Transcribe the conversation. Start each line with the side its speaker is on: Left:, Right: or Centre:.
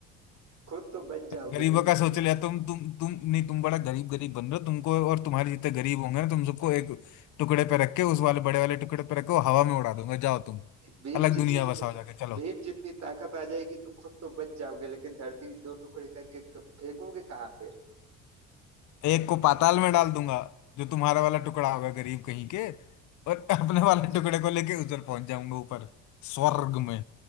Right: खुद तो बच जाओगे
Left: गरीबों
Right: भीम
Left: का
Right: जितनी
Left: सोच लिया तुम तुम तुम नहीं तुम बड़ा गरीब गरीब बन रहे हो तुमको और तुम्हारे जितने गरीब होंगे ना तुम सबको एक टुकड़े पे रख के उस वाले बड़े वाले टुकड़े पे रखो हवा में उड़ा दूंगा जाओ तुम
Right: भीम
Left: अलग
Right: जितनी
Left: दुनिया बसाओ जाके चलो
Right: भीम जितनी ताकत आ जाएगी तो खुद तो बच जाओगे लेकिन धरती दो टुकड़े करके क- फेंकोगे कहाँ फिर
Left: एक को पाताल में डाल दूंगा जो तुम्हारा वाला टुकड़ा होगा गरीब कहीं के और अपने वाले टुकड़े को लेके उधर पहुंच जाऊंगा ऊपर स्वर्ग में